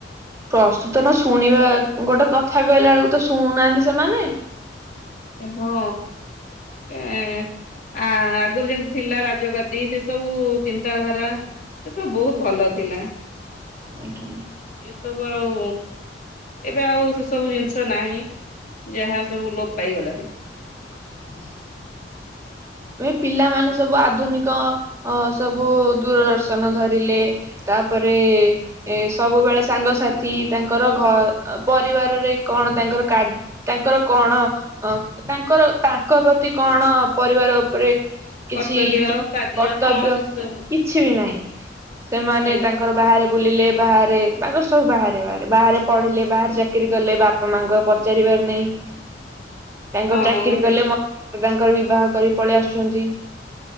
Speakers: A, on the right; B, on the left.
A: ପ୍ରସ୍ତୁତ ନ ଶୁଣିବା ଗୋଟେ କଥା କହିଲା ବେଳକୁ ତ ଶୁଣୁନାହାନ୍ତି ସେମାନେ
B: ହଁ ଏ ଆ ଆଗରୁ ଯେମତି ଥିଲା ରାଜଗାତିି ସେ ସବୁ ଚିନ୍ତାଧାରା ସେ ସବୁ ବହୁତ ଭଲ ଥିଲା।
A: ଆଜ୍ଞା।
B: ଏସବୁ ଆଉ ଏବେ ଆଉ ସେସବୁ ଜିନିଷ ନାହିଁ। ଯାହା ସବୁ ଲୋପ ପାଇଗଲାଣି।
A: <inaudible> ଏ ପିଲାମାନେ ସବୁ ଆଧୁନିକ ଅ ସବୁ ଦୂରଦର୍ଶନ ଧରିଲେ। ତାପରେ ଏ ସବୁବେଳେ ସାଙ୍ଗସାଥି ତାଙ୍କର ଘ ପରିବାରରେ କଣ ତାଙ୍କର କାର୍ ତାଙ୍କର କଣ ଅ ତାଙ୍କର ତାଙ୍କ ପ୍ରତି କଣ ପରିବାର ଉପରେ କିଛି
B: କର୍ତ୍ତବ୍ୟ କାର୍ଯ୍ୟ
A: କର୍ତ୍ତବ୍ୟ
B: କଣ ଅଛି ସେ ସବୁ
A: କିଛି ବି ନାହିଁ ସେମାନେ
B: ନାଇଁ
A: ତାଙ୍କ ତାଙ୍କର ବାହାରେ ବୁଲିଲେ ବାହାରେ ତାଙ୍କର ସବୁ ବାହାରେ ବାହାରେ ବାହାରେ ପଢିଲେ ବାହାରେ ଚାକିରି କଲେ ବାପା ବାପା ମାଙ୍କୁ ଆଉ ପଚାରିବାର ନାହିଁ
B: <inaudible>
A: ତାଙ୍କର
B: ହଁ
A: ଚାକିରି କଲେ ମ ତାଙ୍କର ବିବାହ କରି ପଳେଇ ଆସୁଛନ୍ତି।